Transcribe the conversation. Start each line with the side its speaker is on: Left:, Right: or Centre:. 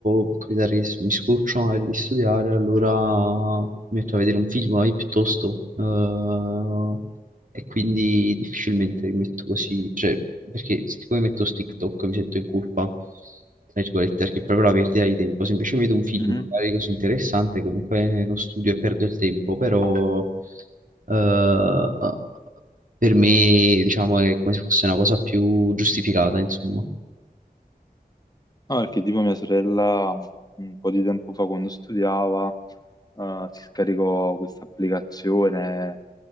Right: può capitare che s- mi scoccio magari di studiare, allora mi metto a vedere un film magari piuttosto. eh, e quindi difficilmente mi metto così. Cioè, perché se tipo mi metto su TikTok mi sento in colpa, tra virgolette, perché è proprio la perdita di tempo. Se invece vedo un film
Left: Mhm.
Right: magari così interessante, comunque non studio e perdo il tempo, però eh, per me, diciamo, è come se fosse una cosa più giustificata, insomma.
Left: No, perché tipo mia sorella mh, un po' di tempo fa quando studiava eh, si scaricò questa applicazione